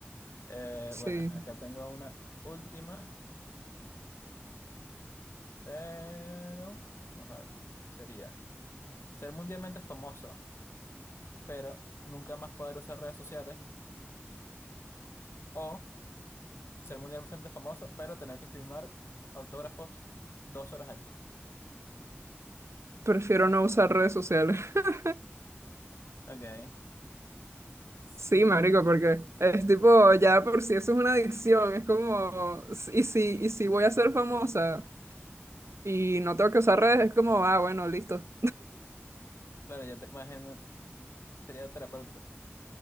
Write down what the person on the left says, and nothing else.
Eh,
bueno, acá tengo una última, pero vamos a ver. Sería ser mundialmente famoso, pero nunca más poder usar redes sociales, o ser mundialmente famoso, pero tener que firmar autógrafos dos horas al día.
Ok. Sí.
Claro, ya te imagino, sería terapéutico.